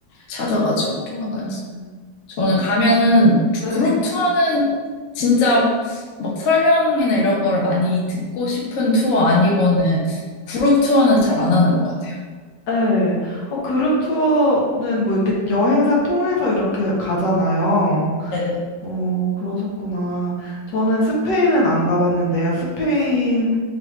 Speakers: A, on the left (about 60°); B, on the left (about 75°).
A: 찾아가지고 돌아다녔어요.
B: 음.
A: 저는 가면은,
B: 네.
A: 그룹 투어는 진짜 막 설명이나 이런 거를 많이 듣고 싶은 투어 아니고는, 그룹 투어는 잘 안 하는 것 같아요.
B: 네. 어, 그룹 투어는 뭐 이렇게 여행사 통해서 이렇게 가잖아요.
A: 네네.
B: 어, 그러셨구나. 저는 스페인은 안 가봤는데요. 스페인,